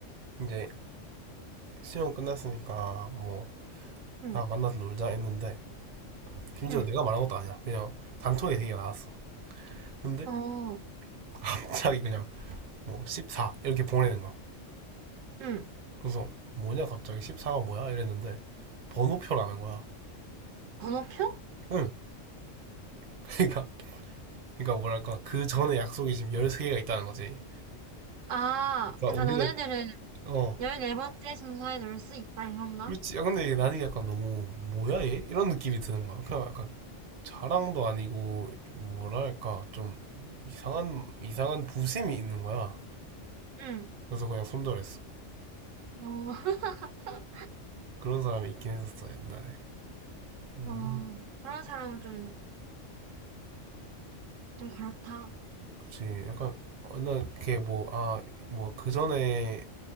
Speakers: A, on the right; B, on the right.
A: 이제 시험 끝났으니까 뭐,
B: 응,
A: 아, 만나서 놀자 했는데, 심지어
B: 응.
A: 내가 말한 것도 아니야. 그냥 단톡에 되게 나왔어. 근데
B: 어,
A: <laughs> 갑자기 그냥 뭐, 14 이렇게 보내는 거야.
B: 응.
A: 그래서 뭐냐 갑자기 14가 뭐야 이랬는데 번호표라는 거야.
B: 번호표?
A: 응. <laughs> 그러니까 그러니까 뭐랄까 그 전에 약속이 지금 13개가 있다는 거지.
B: 아,
A: 그러니까
B: 그러니까
A: 우리가
B: 너네들은
A: 어
B: 14번째 순서에 넣을 수 있다, 이런가?
A: 그렇지. 아 근데 이게 나는 약간 너무 뭐야 얘 이런 느낌이 드는 거야. 그냥 약간 자랑도 아니고 뭐랄까 좀 이상한 이상한 부심이 있는 거야.
B: 응.
A: 그래서 그냥 손절했어.
B: 어, <laughs>
A: 그런 사람이 있긴 했었어 옛날에. 음,
B: 어, 그런 사람은 좀, 좀 그렇다.
A: 그치. 약간 어느 걔 뭐, 아, 뭐, 그 전에